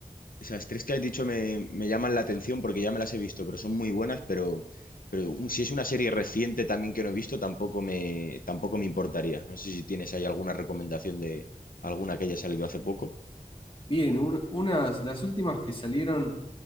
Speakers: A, on the left (about 80°); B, on the left (about 35°).
A: Esas tres que has dicho me, me llaman la atención porque ya me las he visto, pero son muy buenas, pero, pero un- si es una serie reciente también que no he visto, tampoco me, tampoco me importaría. No sé si tienes ahí alguna recomendación de alguna que haya salido hace poco.
B: Bien, un- unas, las últimas que salieron